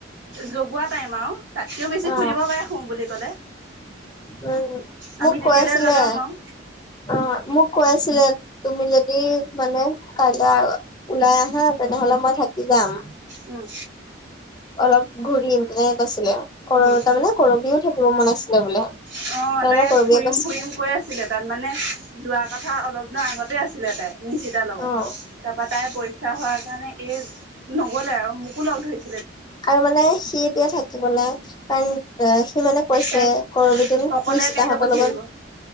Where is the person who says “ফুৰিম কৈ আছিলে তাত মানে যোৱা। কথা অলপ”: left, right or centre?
Right